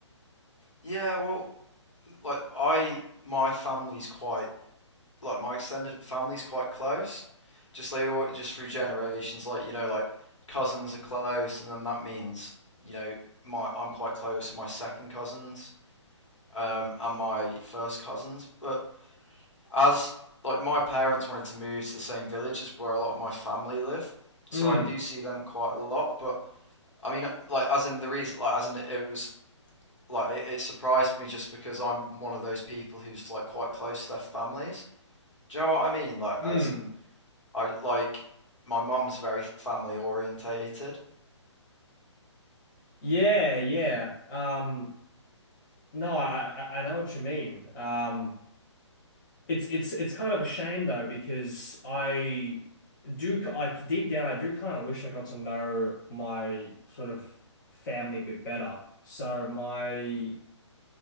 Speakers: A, on the left; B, on the left.
A: yeah. Well, like I, my family's quite like my extended family's quite close. Just they all just through generations, like you know, like cousins are close, and then that means you know my I'm quite close to my second cousins um, and my first cousins. But as like my parents wanted to move to the same village as where a lot of my family live, so
B: Mm,
A: I do see them quite a lot. But I mean, like as in the reason, like as in it was like it, it surprised me just because I'm one of those people who's like quite close to their families. Do you know what I mean? Like
B: mm.
A: as in I like my mum's very family orientated.
B: Yeah, yeah. Um, no, I I I know what you mean. Um. It's it's it's kind of a shame though because I do like deep down I do kind of wish I got to know my sort of family a bit better. So my